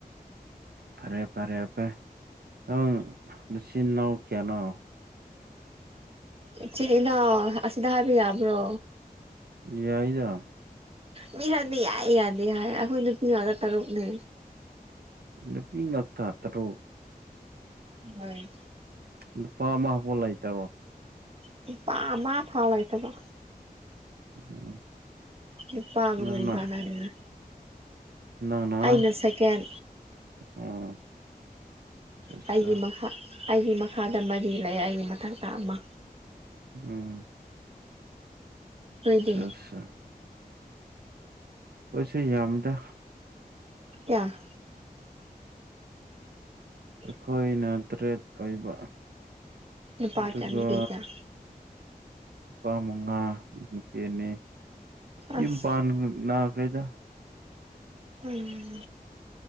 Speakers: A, on the right; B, on the right.
A: ꯐꯔꯦ ꯐꯔꯦ ꯑꯄꯦ ꯅꯪ ꯅꯆꯤꯟ ꯅꯅꯥꯎ ꯀꯌꯥꯅꯣ
B: ꯏꯆꯤꯜ ꯏꯅꯥꯎ ꯑꯁꯤꯗ ꯍꯥꯏꯕ ꯌꯥꯕ꯭ꯔꯣ
A: ꯌꯥꯏꯗ
B: ꯃꯤ ꯈꯔꯗꯤ ꯌꯥꯌꯦ ꯌꯥꯗꯦ ꯌꯥꯏ ꯑꯩꯈꯣꯏ ꯅꯨꯄꯤ ꯉꯥꯛꯇ ꯇꯔꯨꯛꯅꯦ
A: ꯅꯨꯄꯤ ꯉꯥꯛꯇ ꯇꯔꯨꯛ
B: ꯍꯣꯏ
A: ꯅꯨꯄꯥ ꯑꯃꯐꯥꯎ ꯂꯩꯇ꯭ꯔꯕꯣ
B: ꯅꯨꯄꯥ ꯑꯃꯥ ꯐꯥꯎ ꯂꯩꯇꯕ
A: ꯎꯝ
B: ꯅꯨꯄꯕꯨ
A: ꯅꯪꯅ
B: ꯀꯔꯤ ꯀꯅꯥꯗꯨꯏꯅꯣ
A: ꯅꯪꯅ
B: ꯑꯩꯅ ꯁꯦꯀꯦꯟ
A: ꯑꯣ ꯑꯆꯥ ꯑꯆꯥ
B: ꯑꯩꯒꯤ ꯃꯈꯥ ꯑꯩꯒꯤ ꯃꯈꯥꯗ ꯃꯔꯤ ꯂꯩ ꯑꯩꯒꯤ ꯃꯊꯛꯇ ꯑꯃ
A: ꯎꯝ
B: ꯅꯣꯏꯗꯤ
A: ꯑꯁꯥ ꯑꯠꯁꯥ ꯑꫭꯏꯁꯨ ꯌꯥꯝꯃꯤꯗ
B: ꯀꯌꯥ ꯎ
A: ꯑꯩꯈꯣꯏꯅ ꯇ꯭ꯔꯦꯠ ꯑꯣꯏꯕ
B: ꯅꯨꯄꯥ
A: ꯑꯗꯨꯒ
B: ꯀꯌꯥ ꯅꯨꯄꯤ ꯀꯌꯥ
A: ꯅꯨꯄꯥ ꯃꯉꯥ ꯅꯨꯄꯤ ꯑꯅꯤ ꯌꯨꯝ
B: ꯑꯁ
A: ꯄꯥꯟ ꯅꯥꯈ꯭ꯔꯦꯗ
B: ꯎꯝ